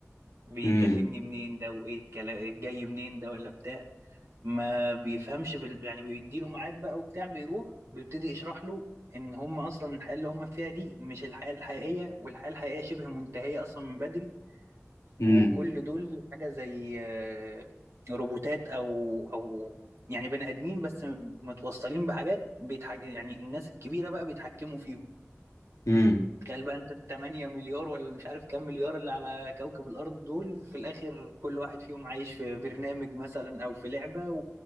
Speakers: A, on the right; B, on the left.
A: بيكلمني
B: امم
A: منين ده وايه الكلام جاي منين ده ولا بتاع ما بيفهمش بال... يعني بيديله ميعاد بقى وبتاع بيروح بيبتدي يشرح له ان هم اصلا الحياه اللي هم فيها دي مش الحياه الحقيقيه والحياه الحقيقيه شبه منتهيه اصلا من بدري وكل
B: امم
A: دول حاجة زي آه، روبوتات أو أو يعني بني آدمين بس متوصلين بحاجات بيتحك... يعني الناس الكبيرة بقى بيتحكموا فيهم
B: امم
A: تخيل بقى أنت التمانية مليار ولا مش عارف كام مليار اللي على كوكب الأرض دول في الآخر كل واحد فيهم عايش في برنامج مثلا أو في لعبة و...